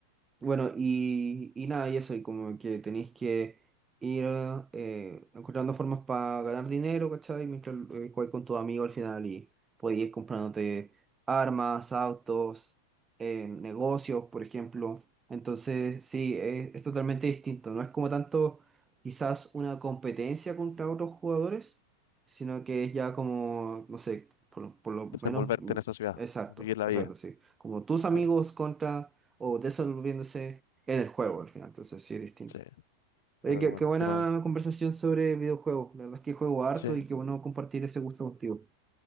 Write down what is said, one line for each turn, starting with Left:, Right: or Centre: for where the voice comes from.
Right: Bueno, y, y nada, y eso, y como que tenéis que ir eh, encontrando formas para ganar dinero, ¿cachai? Mientras eh, jugáis con tus amigos al final y podéis ir comprándote armas, autos, eh, negocios, por ejemplo. Entonces, sí, es, es totalmente distinto. No es como tanto quizás una competencia contra otros jugadores, sino que es ya como, no sé, por, lo- por lo
Left: Desenvolverte
Right: menos, mm,
Left: en esa ciudad,
Right: exacto,
Left: o vivir la
Right: exacto,
Left: vida.
Right: sí. Como tus amigos
Left: Sí,
Right: contra o desolviéndose en el juego al final, entonces sí es distinto.
Left: sí.
Right: Oye,
Left: Pero
Right: qué,
Left: qué bueno,
Right: qué buena
Left: qué bueno.
Right: conversación sobre videojuegos, la verdad es que juego harto
Left: Sí,
Right: y qué bueno compartir ese gusto contigo.